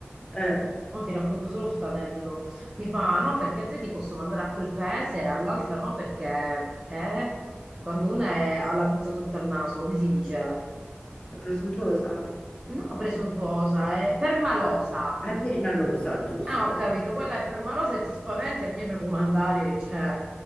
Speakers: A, on the left; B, on the right.
A: Eh,
B: Mo ti racconto solo sto aneddoto. Mi fa, no, perché a te ti posso mandare a quel paese e all'altra no, perché eh, quando una è alla puzza sotto al naso, come si dice?
A: è presuntuosa?
B: No, presuntuosa, è permalosa.
A: È permalosa, giusto.
B: Ah, ho capito, quella è per malosa e ti spaventi a me mi puoi mandare, cioè,